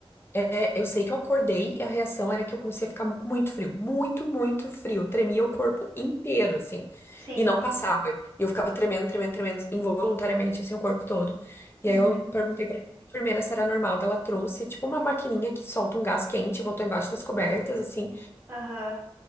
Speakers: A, on the left; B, on the right.
A: É, eu sei que eu acordei e a reação era que eu comecei a ficar mu- com muito frio, muito, muito frio. Tremia o corpo inteiro, assim,
B: Sim.
A: e não passava. E eu ficava tremendo, tremendo, tremendo, involuntariamente, assim, o corpo todo. E
B: Uhum.
A: aí eu perguntei pra enfermeira se era normal. Daí Ela trouxe, tipo, uma maquininha que solta um gás quente, e botou embaixo das cobertas, assim,
B: Aham.